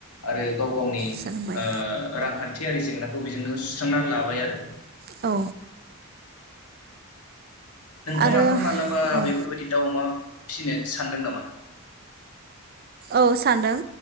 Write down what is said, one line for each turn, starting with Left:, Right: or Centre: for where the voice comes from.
Left: आरो गाव गावनि ओ
Right: सोलोंबाय
Left: रांखान्थि थियारि जेंनाखौ बेजोंनो सुस्रांना लाबाय आरो
Right: औ
Left: नोंथाङाबो
Right: आरो
Left: मालाबा
Right: औ
Left: बेफोरबायदि दाउ अमा फिसिनो सानदों नामा?
Right: औ सानदों